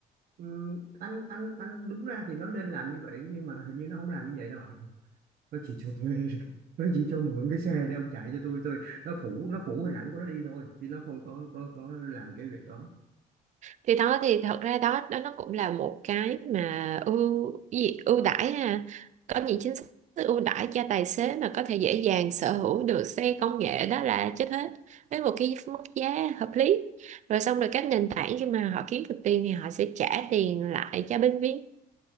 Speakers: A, on the right; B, on the right.
A: Ừm, anh anh anh đúng ra thì nó nên làm như vậy nhưng mà hình như nó không làm như vậy đâu <laughs> nó chỉ cho thuê nó chỉ cho mượn cái xe để ông chạy cho tôi tôi nó phủ nó phủ hình ảnh của nó đi thôi chứ nó không có có có làm cái việc đó
B: thì đó thì thật ra đó đó nó cũng là một cái mà ưu cái gì ưu đãi ha có những chính sách ưu đãi cho tài xế mà có thể dễ dàng sở hữu được xe công nghệ đó là chết hết với một cái mức giá hợp lý rồi xong rồi các nền tảng khi mà họ kiếm được tiền thì họ sẽ trả tiền lại cho bên viên